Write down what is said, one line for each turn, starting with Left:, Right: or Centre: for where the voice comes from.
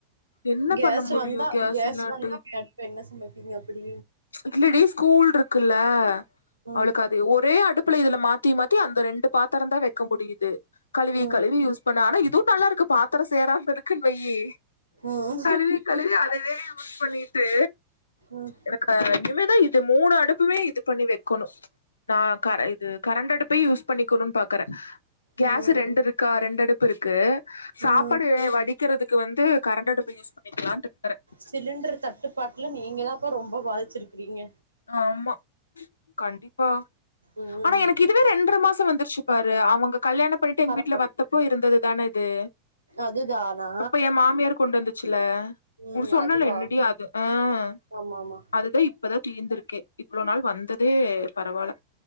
Left: என்ன
Right: கேஸ்
Left: பண்ண முடியு
Right: வந்தா
Left: கேஸ் இல்லாட்டி
Right: வந்தா மேடம் என்ன சமைப்பீங்க அப்படி?
Left: இல்லடி ஸ்கூல் இருக் கில்ல
Right: ம்,
Left: அவளுக்கு அது ஒரே அடுப் ப்ல இதுல மாத்தி மாத்தி அந்த ரெண்டு பாத் தரந்தா வெக்க முடியுது கழுவி
Right: ம்,
Left: கழுவி யூஸ் பண்ண ஆனா இதுவு நல்லா இருக்கு பாத்தரோ சேராம இருக்குன்னு வெயி
Right: ம்,
Left: கழுவி கழுவி அதவே குக் பண்ணிட்டு
Right: ம்,
Left: எனக்க இன்னிமேதா இத் இது மூணு அடுப்புமே இது பண்ணி வைக்கணும் நான் கர இது கரண்ட் அடுப் இப்ப யூஸ் பண்ணிக்க கொனுனு பாக்கறேன் கேஸ்
Right: ம்,
Left: ரெண்டு இருக்கா ரெண்டு அடுப் ப்பு இருக்கு சாப்பாடு
Right: ம்.
Left: வடிக்கிறதுக்கு வந்து கரண்ட அடுப்பு யூஸ் பண்ணிக்கலான்ட்டு இருக்கிறே
Right: சிலிண்டர் தட்டுப்பாட்டுல நீங்க தான்ப்பா ரொம்ப பாதிச்சிருக்கீங்க
Left: ஆமா கண்டிப்பா
Right: ம், ம்.
Left: ஆனா எனக்கு இதுவே ரெண்டு மாசம் வந்துருச்சு பாரு அவங்க கல்யாணம் பண்ணிட்டு எங்க
Right: பரவால்ல.
Left: வீட்டுல வத்தப்போ இருந்ததுதானே இது
Right: அதுதானா?
Left: அப்ப என் மாமியார் கொண்டு வந்துச்சல
Right: ம்.
Left: ஒரு சொன்னல
Right: அதுவா?
Left: என்னடிா அது ஆஹ
Right: ஆமாமா.
Left: அதுதான் இப்பதான் இருந்திருக்கே இவ்ளோ நாள் வந்ததே பரவாயில்ல